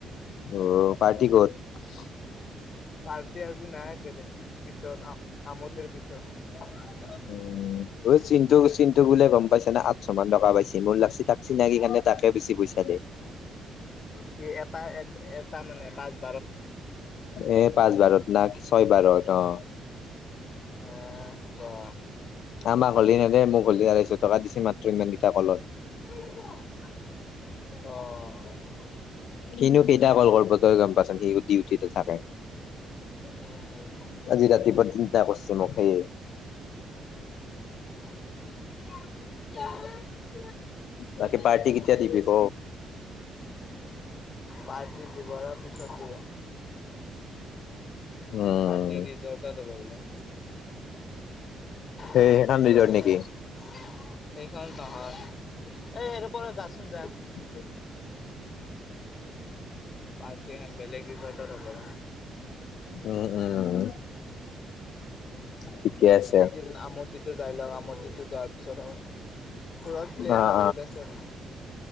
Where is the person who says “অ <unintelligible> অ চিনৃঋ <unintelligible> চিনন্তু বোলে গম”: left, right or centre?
Left